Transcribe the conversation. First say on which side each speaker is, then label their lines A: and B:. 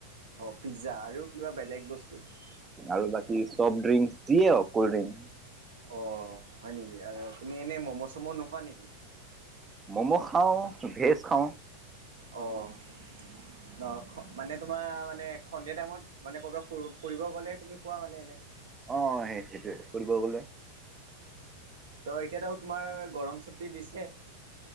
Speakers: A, on the right; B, on the right.
A: অহ পিজ্জা আৰু কিবা বেলেগ বস্তুত
B: আৰু বাকী চফ্ট ড্ৰিংক দিয়ে হক কল্ড ড্ৰিংক
A: অহ হয় নেকি আৰু তুমি এনেই ম'ম' চম' নোখোৱা নেকি
B: মম' খাও ভেজ খাওঁ
A: অ'হ অহ মানে তোমাৰ মানে সন্ধিয়া টাইমত মানে ক'ৰবাত ফুৰি ফুৰিব গ'লে তুমি খোৱা মানে এনে
B: অহ সেই সেইটোয়ে ফুৰি গলে
A: তো এতিয়াাতো তোমাৰ গৰম চুটি দিছে